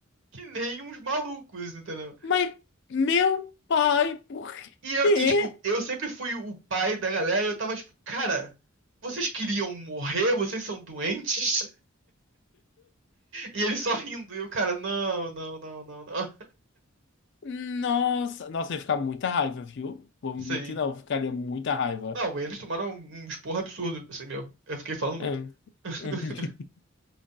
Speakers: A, on the right; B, on the left.
A: que nem uns malucos, entendeu?
B: Mas, meu pai, por
A: E, eu,
B: quê?
A: e, tipo, eu sempre fui o pai da galera e eu tava tipo, cara, vocês queriam morrer? Vocês são doentes? E eles só rindo. E o cara, não, não, não, não, não.
B: Nossa, nossa, eu ia ficar muita raiva, viu? Vou mentir,
A: Sim.
B: não, eu ficaria muita raiva.
A: Não, eles tomaram um um esporro absurdo, assim, meu. Eu fiquei falando muito.
B: É. Uhum.
A: <laughs>
B: <laughs>